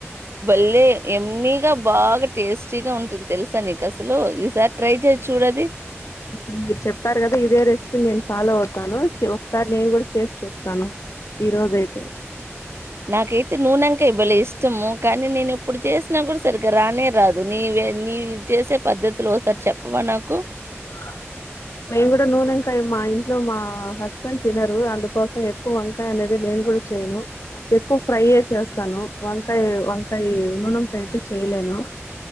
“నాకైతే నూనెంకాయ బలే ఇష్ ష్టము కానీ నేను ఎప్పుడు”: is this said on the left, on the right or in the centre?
Right